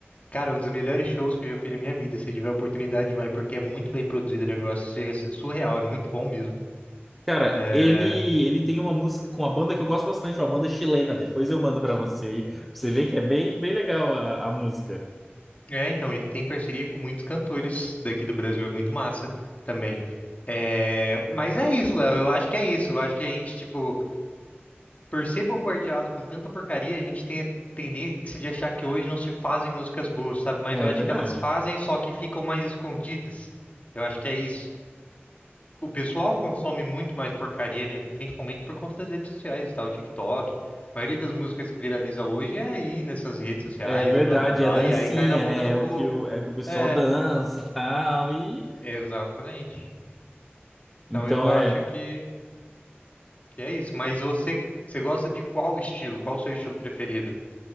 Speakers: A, on the left; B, in the centre.
A: Cara, é um dos melhores shows que eu já fiz na minha vida. Se tiver oportunidade, vai, porque é muito bem produzido o negócio. Chega a ser surreal, é muito bom mesmo.
B: Cara,
A: É...
B: ele ele tem uma música com uma banda que eu gosto bastante, uma banda chilena. Depois eu mando pra você aí, pra você ver que é bem bem legal a, a música.
A: é, então, ele tem parceria com muitos cantores daqui do Brasil, é muito massa também. É, Mas é isso, Léo, eu acho que é isso. Eu acho que a gente, tipo. Por ser bombardeado com tanta porcaria, a gente tem a tendência de achar que hoje não se fazem músicas boas, sabe? Mas
B: É
A: eu acho
B: verdade.
A: que elas fazem, só que ficam mais escondidas. Eu acho que é isso. O pessoal consome muito mais porcaria, né? Principalmente por conta das redes sociais e tal, TikTok. A maioria das músicas que viraliza hoje é aí nessas redes sociais
B: É verdade,
A: e blá blá blá,
B: é dancinha,
A: e aí cai na boca
B: né?
A: do
B: É
A: povo.
B: o que o, é o que o pessoal
A: É,
B: dança e tal e
A: exatamente.
B: então
A: Então eu acho
B: é
A: que, que é isso. Mas você, você gosta de qual estilo? Qual o seu estilo preferido?